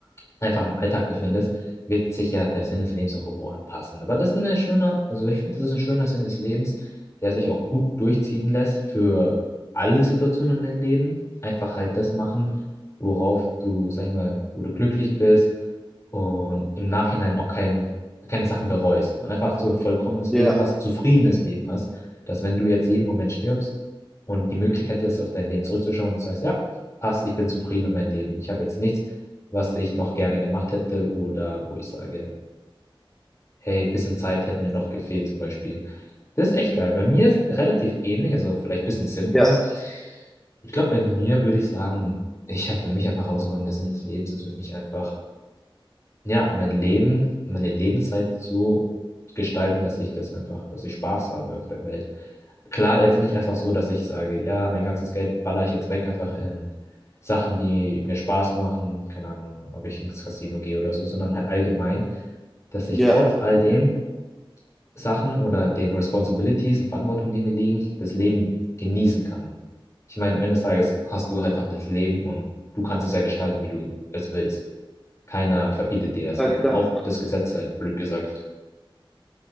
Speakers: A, on the left; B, in the centre.
A: einfach im Alltag befindest, wird sich ja der Sinn des Lebens auch irgendwo anpassen. Aber das ist ein schöner, also ich finde, das ist ein schöner Sinn des Lebens, der sich auch gut durchziehen lässt für alle Situationen in deinem Leben. Einfach halt das machen, worauf du, sag ich mal, wo du glücklich bist und im Nachhinein auch kein, keine Sachen bereust und einfach so ein vollkommenes
B: Ja,
A: Leben hast, zufriedenes Leben hast, dass wenn du jetzt jeden Moment stirbst und die Möglichkeit ist, auf dein Leben zurückzuschauen und sagst, ja, passt, ich bin zufrieden mit meinem Leben, ich habe jetzt nichts was ich noch gerne gemacht hätte oder wo ich sage, hey, bisschen Zeit hätte mir noch gefehlt zum Beispiel. Das ist echt geil. Bei mir ist relativ ähnlich, also vielleicht ein bisschen simpler.
B: ja,
A: Ich glaube, bei mir würde ich sagen, ich habe für mich einfach herausgefunden, der Sinn des Lebens ist für mich einfach ja, mein Leben, meine Lebenszeit zu gestalten, dass ich das einfach, dass ich Spaß habe auf der Welt. Klar, jetzt nicht einfach so, dass ich sage, ja, mein ganzes Geld baller ich jetzt weg, einfach in Sachen, die mir Spaß machen, keine Ahnung, ob ich ins Casino gehe oder so, sondern halt allgemein, dass ich
B: ja.
A: trotz all dem Sachen oder den Responsibilities und Verantwortungen, die mir liegen, das Leben genießen kann. Ich meine, am Ende des Tages hast du halt einfach das Leben und du kannst es ja gestalten, wie du es willst. Keiner verbietet dir ja Sachen.
B: Ja, klar.
A: Auch das Gesetz halt, blöd gesagt.